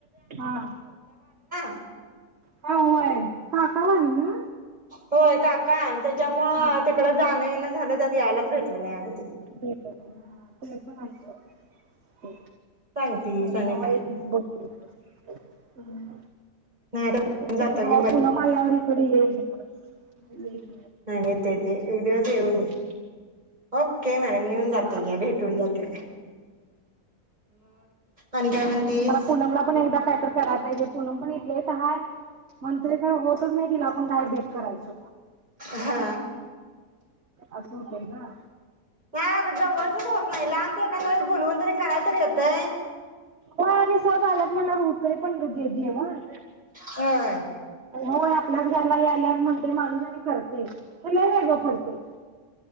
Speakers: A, on the right (about 45°); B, on the right (about 25°).
A: हा
B: <unintelligible>
A: हा होय काका वारले ना
B: होय काका त्याच्यामुळं
A: हम्म
B: तिकड जाणं येणं झालं त्यात यायलाच भेट बन्यागत
A: भेटल ना ते पण आयशा ते
B: सांगतीस
A: आता
B: आणि
A: कवा
B: काय
A: येतीस बघू अ
B: नाही जातो
A: कवा
B: की
A: येती ना आयावरी <unintelligible>
B: नाय येते येते एक दिवस येवन
A: आधी
B: ओक पडा येऊन जाते
A: हा
B: घ्या भेटून जातोय आणि काय म्हणतीस
A: पूनमला पण एकदा कायतर करायचय हे पूनम पण येतीय हाय मग ते धावत नाय की हीला पण काय भेट करायच
B: हा
A: असं होतंय गं.
B: नाय आता जवळचच होत नाही लांबच कायतरी बोलवून तरी करायतरी तरी येतंय
A: हो आणि स आल्यात म्हणणार होतय पणे जेवण
B: होय
A: हो आपल्याच घरला याला म्हणते माझ नाय करते ते लय वेळग पडतय